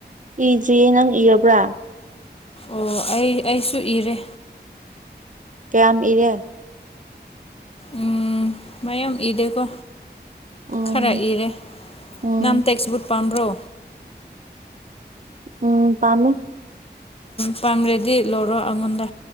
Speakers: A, on the right; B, on the left.
A: ꯏꯗ꯭ꯔꯤꯌꯦ ꯅꯪ ꯏꯔꯕ꯭ꯔꯥ
B: ꯑꯣ ꯑꯩ ꯑꯩꯁꯨ ꯏꯔꯦ
A: ꯀꯌꯥꯝ ꯏꯔꯦ
B: ꯎꯝ ꯃꯌꯥꯝ ꯏꯗꯦ ꯀꯣ
A: ꯎꯝ
B: ꯈꯔ ꯏꯔꯦ
A: ꯎꯝ
B: ꯅꯪ ꯇꯦꯛꯁꯕꯨꯛ ꯄꯥꯝꯕ꯭ꯔꯣ
A: ꯎꯝ ꯄꯥꯝꯃꯦ
B: ꯄꯥꯝꯔꯦꯗꯤ ꯂꯧꯔꯣ ꯑꯩꯉꯣꯟꯗ